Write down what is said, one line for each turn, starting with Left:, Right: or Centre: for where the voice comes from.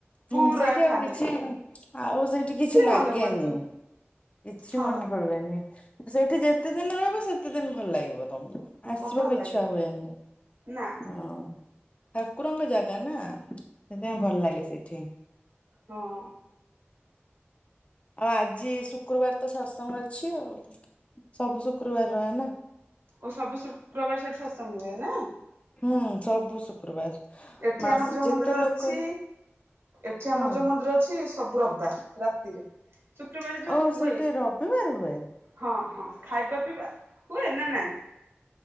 Left: ହୁଁ
Right: ପୁରା
Left: ସେଇଠି ଆଉ
Right: ଖାଲି
Left: କିଛି ଆଉ ସେଇଠି କିଛି ଲାଗେନି।
Right: ମନେ ପଡିବନି
Left: କିଛି
Right: ହଁ
Left: ମନେ କରିବନି ସେଇଠି ଯେତେ ଦିନ ରହିବ ସେତେ ଦିନି ଭଲ ଲାଗିବ ତମକୁ।
Right: ବା
Left: ଆସିବାକୁ
Right: ଭଲ ଲାଗିବ
Left: ଇଚ୍ଛା ହୁଏନି।
Right: ନା
Left: ହଁ ଠାକୁରଙ୍କ ଜାଗା ନା ସେଥିପାଇଁ
Right: ହଁ ବା
Left: ଭଲ ଲାଗେ ସେଠି। ଠି।
Right: ହଁ।
Left: ଆଉ ଆଜି ଶୁକ୍ରବାର ତ ସତ୍ସଙ୍ଗ ଅଛି ଆଉ ସବୁ ଶୁକ୍ରବାର ରହେ ନା।
Right: ଓ ସବୁ ଶୁକ୍ରବାର ସେଠି ସତ୍ସଙ୍ଗ ହୁଏ ନା?
Left: ହୁଁ ସବୁ ଶୁକ୍ରବାର।
Right: ଏଠି
Left: ମାସ
Right: ଆମର ଯୋଉ
Left: ଯେତେ
Right: ମନ୍ଦିର
Left: ଲୋକ
Right: ଅଛି। ଏଠି ଆମର
Left: ହଁ
Right: ଯୋଉ ମନ୍ଦିର ଅ- ଅଛି ସବୁ ରବା ରାତିରେ। ଶୁକ୍ରବାର ଯୋଉ
Left: ଓ
Right: ହୁଏ
Left: ସେଇଠି ରବିବାର ହୁଏ?
Right: ହଁ ହଁ ଖାଇବା ପିଇବା ହୁଏ ନା ନାଇଁ?